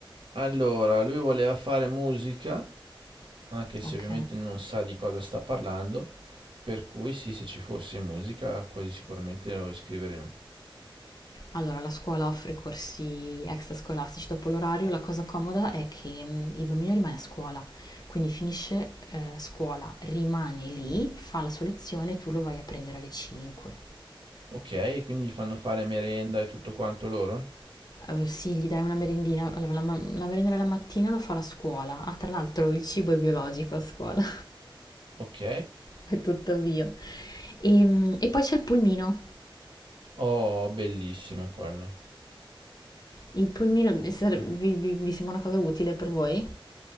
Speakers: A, on the right; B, on the left.
A: Allora, lui voleva fare musica, anche se
B: Ok.
A: ovviamente non sa di cosa sta parlando, per cui sì, se ci fosse musica, quasi sicuramente lo iscriveremo.
B: Allora, la scuola offre corsi extrascolastici dopo l'orario. La cosa comoda è che mh, il bambino rimane a scuola, quindi finisce eh, scuola, rimane lì, fa la sua lezione e tu lo vai a prendere alle 5.
A: Ok, quindi gli fanno fare merenda e tutto quanto loro?
B: Eh, sì, gli dai una merendina. Allora, la, ma- la merenda della mattina lo fa la scuola. Ah, tra l'altro il cibo è biologico a scuola.
A: Ok.
B: è tutto mio. Ehm, E, poi c'è il pulmino.
A: Oh, bellissimo quello.
B: Il pulmino vi, sare- vi- vi- vi sembra una cosa utile per voi?